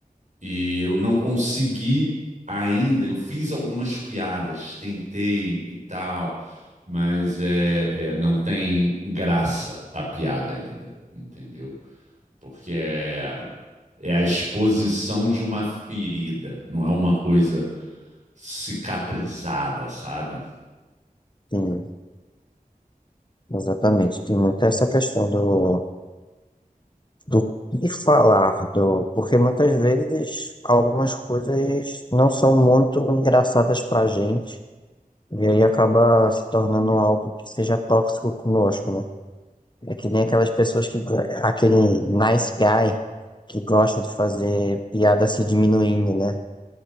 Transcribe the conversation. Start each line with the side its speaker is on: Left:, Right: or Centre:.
Right: E eu não consegui ainda, eu fiz algumas piadas, tentei e tal, mas é, é, não tem graça a piada ainda, entendeu? Porque é, é a exposição de uma ferida, não é uma coisa cicatrizada, sabe?
Left: Tem, exatamente. Tem muito essa questão do, do que falar, do, porque muitas vezes algumas coisas não são muito engraçadas pra gente, e aí acaba se tornando algo que seja tóxico conosco, né? É que nem aquelas pessoas que, go- aquele nice guy que gosta de fazer piada se diminuindo, né?